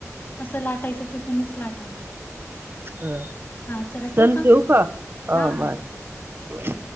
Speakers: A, on the left (about 40°); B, on the right (about 45°).
A: कसं लाटायचं ते तुम्हीच लाटा मग
B: ह
A: हा चला
B: सल
A: ठेवू
B: ठव का हा
A: हां, हां
B: बाय
A: ठेवा.
B: बाय